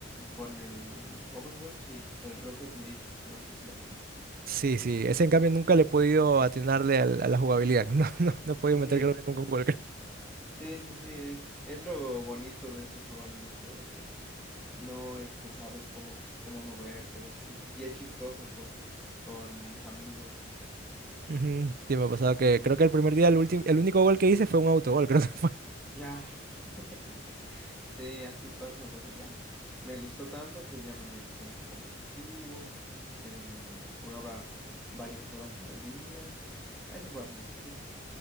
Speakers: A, in the centre; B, on the right.
A: con el Overwatch y el Rocket League. No sé si lo conoces.
B: Sí, sí, ese en cambio nunca le he podido atinarle al- a la jugabilidad. <laughs> No, no, no he podido meter
A: Sí,
B: creo que nunca un gol
A: sí, sí, sí. Es, es lo bonito de ese juego al inicio, de que no este, sabes cómo, s- cómo moverte o así. Y es chistoso con, con amigos.
B: Ujú, Sí, me ha pasado que
A: En-
B: creo que el primer día, el último, el único gol que hice fue un autogol, <laughs> creo que fue.
A: Ah. <laughs> Sí, así pasa, pero ya me gustó tanto que ya me metí al competitivo, em, jugaba varias horas al día, eso fue hace mucho tiempo,